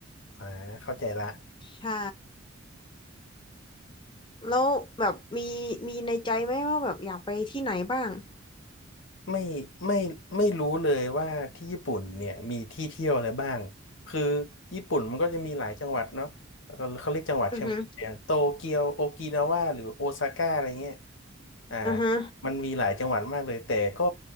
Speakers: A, on the left; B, on the left.
A: อ่าเข้าใจละ
B: ใช่ แล้วแบบมีมีในใจไหมว่าแบบอยากไปที่ไหนบ้าง
A: ไม่ไม่ไม่รู้เลยว่าที่ญี่ปุ่นเนี่ยมีที่เที่ยวอะไรบ้างคือญี่ปุ่นมันก็จะมีหลายจังหวัดเนาะเขาเขาเรียกจังหวัดใช่ไหมอย่างโตเกียวโอกินาวาหรือโอซาก้าอะไรเงี้ย
B: อือฮึ
A: อ่า
B: อือฮึ
A: มันมีหลายจังหวัดมากเลยแต่ก็